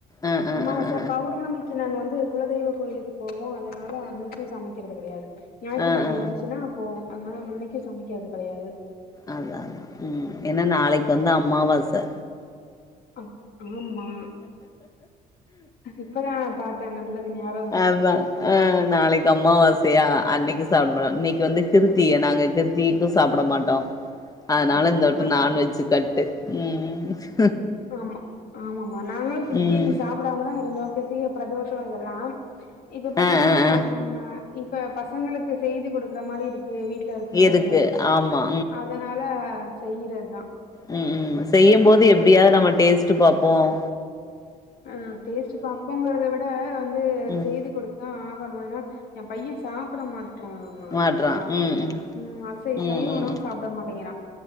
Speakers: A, on the left; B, on the left.
A: ஆ ஆ
B: அம்மாவாச
A: ஆ ஆ
B: பௌர்ணமிக்கு நானு வந் குலதெய்வ கோயிலுக்கு போவோ அதனால அன்னிக்கு சமைக்கிறது கெடையாது ஞாயிற்றுக்கிழமையில
A: ஆ ஆ ஆ
B: வந்துச்சின்னா அப்போ அங்காலா இன்னிக்கு சமைக்கிறது கிடையாது
A: அதா அதா உம் ஏன்னா நாளைக்கு வந்து அம்மாவாச
B: ஆம் ஆம்மா இப்பதா பாத்த நல்லது நியாப
A: அதா ஆஹ் நாளைக்கு அம்மாவாசையா அன்னிக்கு சாப்பிட மாட்டோ இன்னிக்கு வந்து கிருத்திய நாங்க கிருத்திகைக்கு சாப்பிட மாட்டோ அதனால
B: ஆமா
A: இந்த வட்ட
B: ஆ
A: நான்வெஜ் கட்டு ம் ம் ம்
B: ஆமா ஆமாமா நாங்களும் கிருத்திகேக்கு
A: ம்
B: சாப்பிடாமதான் இருந்தோம் அதிக பிரதோஷம் இதெல்லாம் இப்போ பாத்தீங்கன்னா
A: ஆ ஆ ஆ
B: இப்ப பசங்களுக்கு செய்து கொடுக்குற மாரி இருக்கு வீட்ல இருக்கும் போது
A: இருக்கு ஆமா
B: அதனால செய்யுறதான்
A: உம் உம் செய்யும் போது எப்படியாவது நம்ம டேஸ்ட் பாப்போம்
B: அஹ் டேஸ்ட் பாப்போங்கறத விட வந்து
A: ம்
B: செய்து கொடுத் துதான் ஆகணும் ஏன்னா என் பையன் சாப்ட மாட் ரான் மா
A: மாட்றா
B: அந்த சாப்டதெல்லாம்
A: ம் ம்
B: உ அசை
A: ம்
B: சைவ
A: ம்
B: உணவு
A: ம்
B: சாப்ட மாட்டேங்கனா